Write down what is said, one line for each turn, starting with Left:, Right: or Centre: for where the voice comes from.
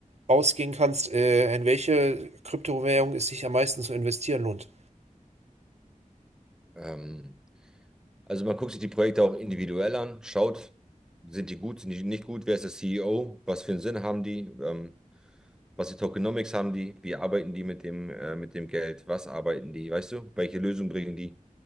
Right: ausgehen kannst, äh, in welche Kryptowährung es sich am meisten zu investieren lohnt.
Centre: Ähm, Also man guckt sich die Projekte auch individuell an, schaut, sind die gut, sind die nicht gut, wer ist der CEO, was für einen Sinn haben die, ähm, was für Tokenomics haben die, wie arbeiten die mit dem, äh, mit dem Geld, was arbeiten die, weißt du, welche Lösung bringen die?